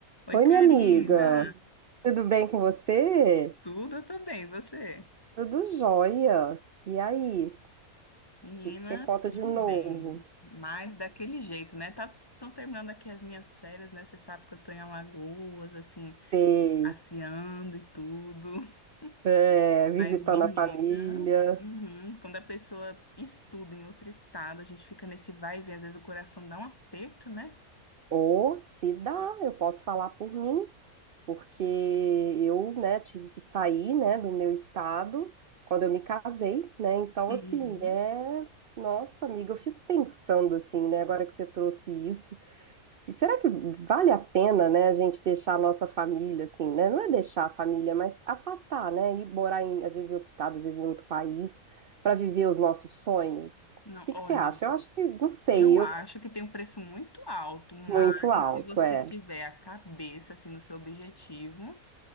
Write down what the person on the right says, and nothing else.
Oi,
minha Oi, minha amiga. amiga. Tudo bem com você?
Tudo jóia. E aí? O
que que você conta
de novo?
Sei.
É, visitando
a família.
Ou, se dá, eu posso falar por mim, porque eu, né, tive que sair, né, do meu estado quando eu me casei, né? Então,
assim, é... Nossa, amiga, eu fico pensando assim, né? Agora que você trouxe isso. Será que vale a pena, né, a gente deixar a nossa família, assim, né? Não é deixar a família, mas afastar, né? E morar em, às vezes, em outro estado, às vezes em outro país, para viver os nossos sonhos.
O que
que você acha? Eu acho que, não sei,
eu,
muito alto,
é.